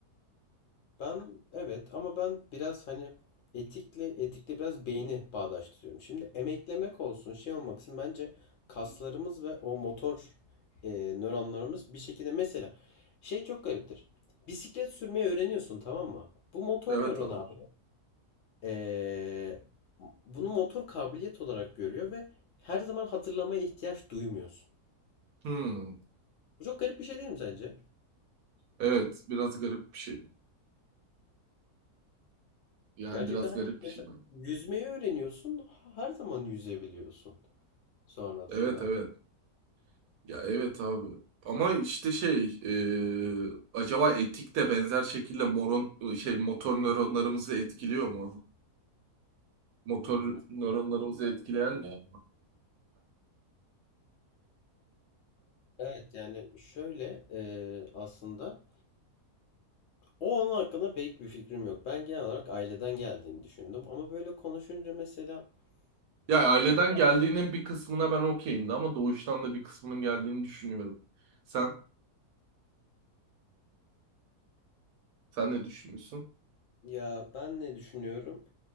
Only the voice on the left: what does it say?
ben evet ama ben biraz hani etikle etikle biraz beyni bağdaştırıyorum. Şimdi emeklemek olsun şey olmaksın bence kaslarımız ve o motor eee, nöronlarımız bir şekilde mesela şey çok gariptir. Bisiklet sürmeyi öğreniyorsun tamam mı? Bu motor
nöron
abi eee, bunu motor kabiliyet olarak görüyor ve her zaman hatırlamaya ihtiyaç duymuyorsun.
Bu çok garip bir şey değil mi sence?
Gerçekten
hani
mesela
yüzmeyi öğreniyorsun, her zaman yüzebiliyorsun sonrasında.
Hı hı.
Evet yani şöyle e, aslında o onun hakkında pek bir fikrim yok. Ben genel olarak aileden geldiğini düşündüm ama böyle konuşunca mesela
küçük
ya ben ne düşünüyorum?